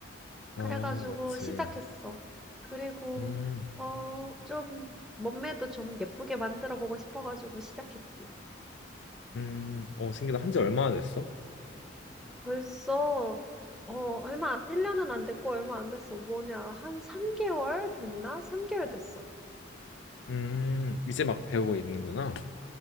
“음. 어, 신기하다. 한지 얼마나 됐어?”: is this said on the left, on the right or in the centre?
Left